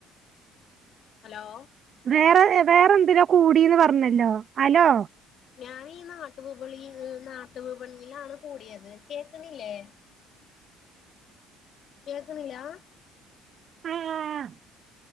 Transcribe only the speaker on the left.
ഹലോ..?
ഞാൻ ഈ നാട്ടു വിപളി, നാട്ടു വിപണിലാണ് കൂടെയ്ത്. കേക്കണില്ലേ? കേക്ക്‌ണ്ല്ലാ?